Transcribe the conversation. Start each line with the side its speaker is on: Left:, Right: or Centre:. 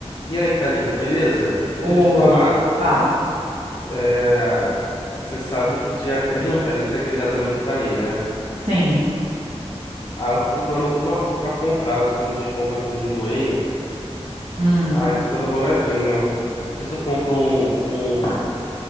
Left: E aí, Thalita, beleza? Deixa
Right: Oi,
Left: eu te falar.
Right: fala.
Left: É... Você sabe que dia 30 a gente tem aquele casamento pra ir, né?
Right: Sim.
Left: Ah, eu tô procurando alguma roupa pra comprar. Eu tô com desconto aqui no Enjoei.
Right: Hum.
Left: Ah, eu tô dando uma olhadinha. Não sei se eu compro um, um,